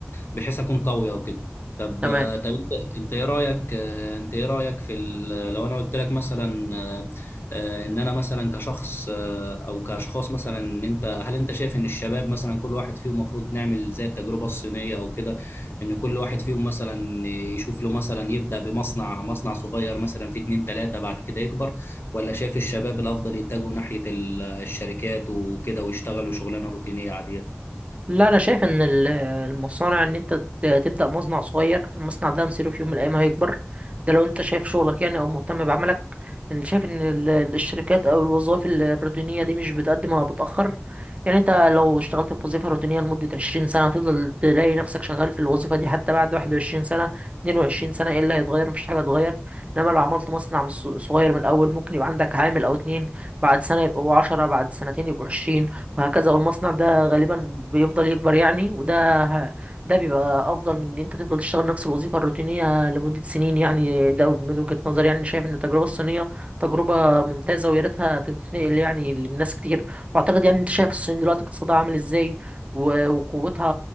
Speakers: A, on the left; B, on the right.
A: بحيث اكون قوي وكده طب
B: تمام
A: آه، طب انت انت ايه رايك آه، انت ايه رايك في ال- لو انا قلت لك مثلا آه، آه، ان انا مثلا كشخص او كاشخاص مثلا ان انت هل انت شايف ان الشباب مثلا كل واحد فيهم المفروض نعمل زي التجربه الصينيه او كده ان كل واحد فيهم مثلا يشوف له مثلا يبدا بمصنع مصنع صغير مثلا في اتنين تلاته بعد كده يكبر ولا شايف الشباب الافضل يتجهوا ناحيه ال- الشركات وكده ويشتغلوا شغلانه روتينيه عاديه
B: لا انا شايف ان ال- المصانع ان انت ت- تبدا مصنع صغير المصنع ده مصيره في يوم من الايام هيكبر ده لو انت شايف شغلك يعني او مهتم بعملك انا شايف ان ال- الشركات او الوظائف ال- الروتينيه دي مش بتقدم ولا بتاخر يعني انت لو اشتغلت في وظيفه روتينيه لمده 20 سنه هتفضل تلاقي نفسك شغال في الوظيفه دي حتى بعد 21 سنه 22 سنه ايه اللي هيتغير مفيش حاجه هتتغير انما لو عملت مصنع من الص- صغير من الاول ممكن يبقى عندك عامل او اتنين بعد سنه يبقوا 10 بعد سنتين يبقوا 20 وهكذا والمصنع ده غالبا بيفضل يكبر يعني وده ه- ده بيبقى افضل من ان انت تفضل تشتغل نفس الوظيفه الروتينيه لمده سنين يعني ده من وجهه نظري يعني شايف ان التجربه الصينيه تجربه ممتازه ويا ريتها تنتقل يعني للناس كتير واعتقد يعني انت شايف الصين دلوقتي اقتصادها عامل ازاي و- وقوتها